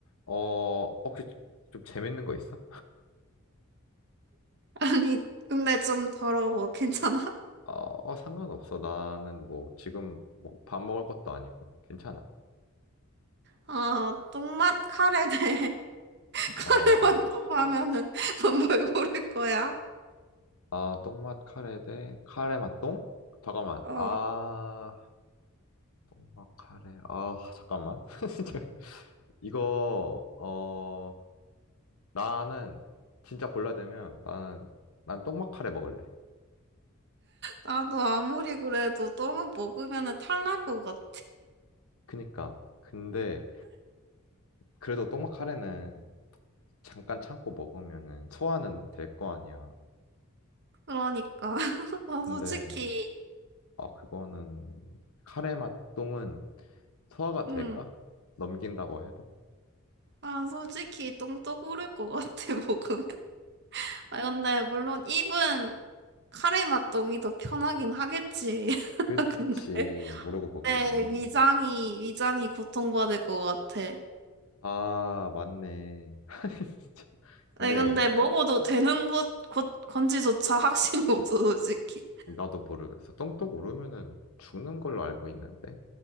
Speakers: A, on the left; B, on the right.
A: 어, 혹시 좀 재밌는 거 있어?
B: 아니, 근데 좀 더러워. 괜찮아?
A: 어, 어, 상관없어. 나는 뭐 지금 뭐밥 먹을 것도 아니고 괜찮아.
B: 아, 똥맛 카레 네 카레맛
A: 어,
B: <laughs> 너무 하면은 넌뭘 고를 거야?
A: 아, 똥맛 카레 대 카레 맛 똥? 잠깐만.
B: 어,
A: 아, 똥맛 카레. 아, 잠깐만. <laughs> 진짜 이거 어 나는 진짜 골라야 되면 나는 난 떡막 카레 먹을래.
B: 나도 아무리 그래도 똥은 먹으면은 탈날 것 같아.
A: 그니까 근데 그래도 떡막 카레는 잠깐 참고 먹으면은 소화는 될 거 아니야.
B: 그러니까. <laughs> 아,
A: 근데
B: 솔직히,
A: 아 그거는 카레 맛똥은 소화가 될까?
B: 응.
A: 넘긴다고 해도?
B: 난 솔직히 똥도 고를 것 같아, <laughs> 먹으면. 아, 근데 물론 입은 카레맛 똥이 더 편하긴 하겠지. <laughs>
A: 그치
B: 근데
A: 모르고 먹으면
B: 내 위장이, 위장이 고통받을 것 같아.
A: 아 맞네. <laughs> 진짜.
B: 아니
A: 근데
B: 근데 먹어도 되는 것, 것 건지조차 확신이 <laughs> 없어 솔직히.
A: 나도 모르겠어. 똥똥 오르면은 죽는 걸로 알고 있는데